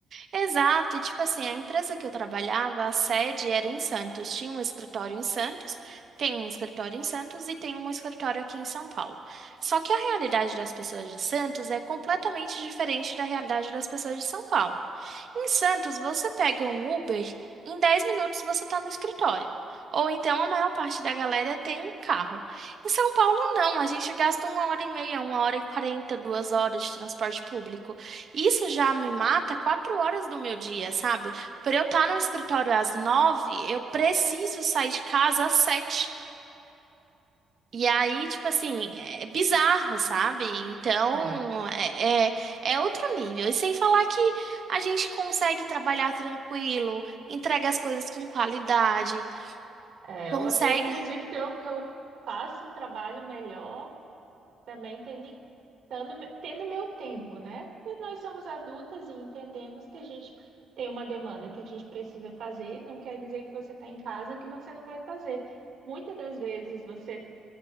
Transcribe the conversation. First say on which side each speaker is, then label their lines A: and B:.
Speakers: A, on the right; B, on the right.
A: Exato, e tipo assim, a empresa que eu trabalhava, a sede era em Santos. Tinha um escritório em Santos, tem um escritório em Santos e tem um escritório aqui em São Paulo. Só que a realidade das pessoas de Santos é completamente diferente da realidade das pessoas de São Paulo. Em Santos, você pega um Uber, em 10 minutos você está no escritório. Ou então a maior parte da galera tem um carro. Em São Paulo, não. A gente gasta uma hora e meia, uma hora e quarenta, duas horas de transporte público. Isso já me mata quatro horas do meu dia, sabe? Para eu estar no escritório às nove, eu preciso sair de casa às sete. E aí, tipo assim, é bizarro, sabe? Então,
B: É,
A: é, é, é outro nível. E sem falar que a gente consegue trabalhar tranquilo, entrega as coisas com qualidade,
B: é,
A: consegue
B: eu, ac- eu acredito que eu, que eu faço um trabalho melhor Também tendo, tendo, tendo meu tempo, né? Porque nós somos adultas e entendemos que a gente tem uma demanda que a gente precisa fazer, não quer dizer que você está em casa que você não vai fazer. Muitas das vezes você